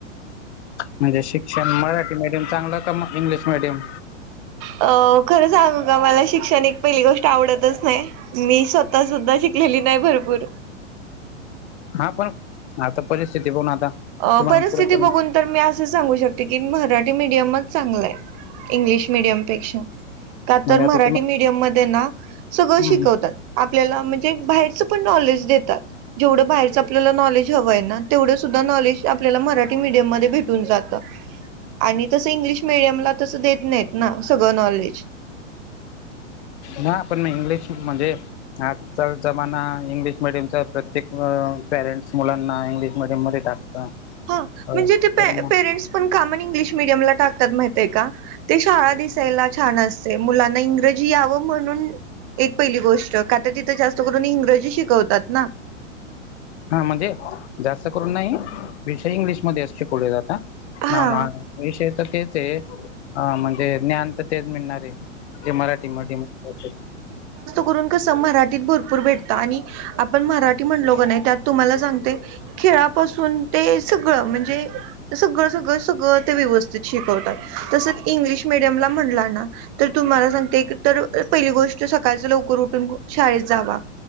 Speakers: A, on the left (about 60°); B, on the right (about 25°).
A: म्हणजे शिक्षण मराठी मीडियम चांगलं का म इंग्लिश मिडियम
B: अ खरं सांगू का मला शिक्षण एक पहिली गोष्ट आवडतच नाही मी स्वतः सुद्धा शिकलेली नाही भरपूर
A: हा पण आता परिस्थिती पण आता
B: अ
A: तुम्हाला
B: परिस्थिती
A: पुढे करून
B: बघून तर मी असं सांगू शकते की मराठी मीडियमच चांगलं आहे इंग्लिश मिडियमपेक्षा का
A: म्हणजे
B: तर
A: आता
B: मराठी मीडियम मध्ये ना सगळं
A: तुम्हाला
B: शिकवतात आपल्याला म्हणजे बाहेरचं पण नॉलेज देतात जेवढं बाहेरच आपल्याला नॉलेज हवंय ना तेवढं सुद्धा नॉलेज आपल्याला मराठी मीडियम मध्ये भेटून जात आणि तसं इंग्लिश मिीडियमला तसं देत नाहीत ना सगळं नॉलेज
A: नाही पण इंग्लिश म्हणजे आजकाल जमाना इंग्लिश मिीडियमचा प्रत्येक पॅरेंट्स मुलांना इंग्लिश मध्ये मध्ये टाकता
B: हा
A: हो
B: म्हणजे ते
A: तर मग
B: पेरेंट्स पण का म्हणून इंग्लिश मिडियम ला टाकतात माहित आहे का ते शाळा दिसायला छान असते मुलांना इंग्रजी यावं म्हणून एक पहिली गोष्ट का तर तिथं जास्त करून इंग्रजी शिकवतात ना
A: हा म्हणजे जास्त करून नाही विषय इंग्लिशमध्येध्ये अस शिकलेले जातात
B: हा
A: ना ना विषय तर तेच आहे अ म्हणजे ज्ञान तर तेच मिळणार आहे ते मराठी म मह
B: ून कस मराठीत भरपूर भेटत आणि आपण मराठी म्हणलो का नाही त्यात तुम्हाला सांगते खेळापासून ते सगळं म्हणजे सगळं सगळं सगळं ते व्यवस्थित शिकवतात तसंच इंग्लिश मिीडियमला म्हटला ना तर तुम्हाला सांगते तर पहिली गोष्ट सकाळच लवकर उठून शाळेत जावा